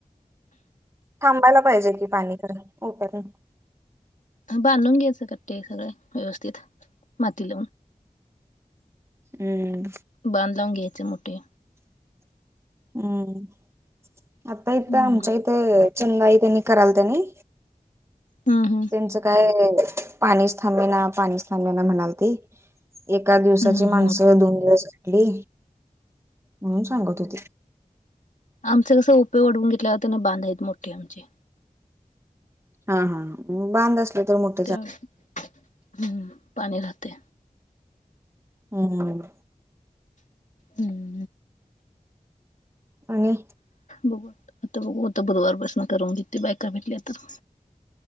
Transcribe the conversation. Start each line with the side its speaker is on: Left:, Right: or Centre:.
Right: थांबायला पाहिजे की पाणी खरं उपर-
Left: बांधून घ्यायचं कट्टे सगळे व्यवस्थित माती.
Right: हम्म
Left: बांध लावून घ्यायचे मोठे.
Right: हम्म आता
Left: हम्म
Right: इथं आमच्या इथं चंदाही त्यांनी कराल त्यांनी,
Left: हम हम
Right: त्यांचं काय पाणी थांबेना, पाणीथांबेना म्हणाल ती एका दिवसाची
Left: हम्म हम्म
Right: माणसं दोन दिवसली म्हणून सांगत होती.
Left: आमचे कसं उपय वाढवून घेतलेवरते बांध आहेत मोठे आमचे.
Right: हा हा मग बांधच लागतं तर मोठ-
Left: ते हम्म पाणी राहते.
Right: हम्म्म हम्म
Left: हम्म
Right: आणि
Left: बघू आता बघूता बुधवार बसुन करून घेते बायका भेटली तर-